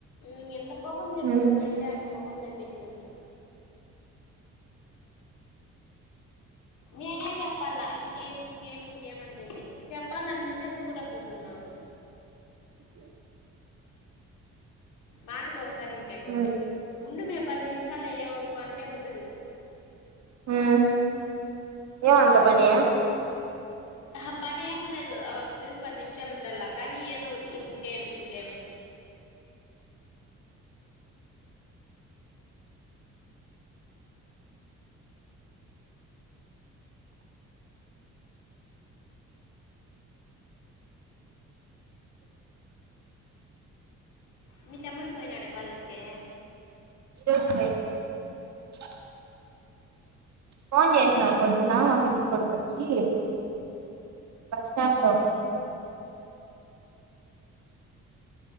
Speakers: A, on the left (about 80°); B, on the right (about 65°).
A: ఇంగ ఎంత కోపం తెప్పిచిందంటే
B: ఉమ్
A: ఎంత ఉంద <unintelligible> నేనే చెప్పాల ఇంకేమి ఇంకేమి ఇంకేమంటుంది చెప్పాలని ఇంట్రెస్ట్ కూడా పోతుంది నాకు మాట కొ సరే ఇంకేమి ఇంకేమి
B: ఉమ్
A: ఉండు మే పది నిమిషాలు అయ్యే వరకు అంటే ఉండదు
B: హా ఏమి అంత పని
A: ఆహా పన్ ఎం ఉండదు ఆ మే పది నిమిష షాలు ఉండాల కానీ ఏందో ఒక్కటి ఇంకేం ఇంకేం మీ తమ్ముడు పోయినాడా కాలేజీ కి
B: <inaudible> ఫోన్ చేసినారు పొద్దున మా పిన్ని కొడుకు వొచ్చి బస్ స్టాండ్లో